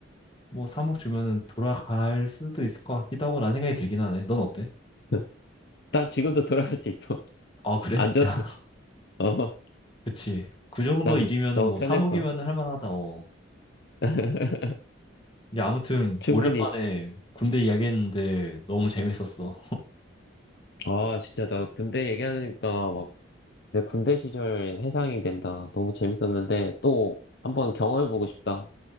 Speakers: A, on the left; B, on the left.
A: 뭐 3억 주면은 돌아갈 수도 있을 것 같기도 하고 라는 생각이 들긴 하네. 넌 어때?
B: <laughs> 난 지금도 돌아갈 수 있어.
A: 아, 그래?
B: <laughs> 안 줘도,
A: <laughs> 야,
B: 어,
A: 그치. 그 정도
B: 난
A: 일이면은
B: 너무
A: 뭐
B: 편했어.
A: 3억이면은 할 만하다. 어.
B: <laughs>
A: 이게 아무튼
B: 충분히.
A: 오랜만에 군대 이야기했는데 너무 재밌었어.
B: 아, 진짜, 나 군대 얘기하니까 막, 내 군대 시절 회상이 된다. 너무 재밌었는데, 또, 한번 경험해보고 싶다.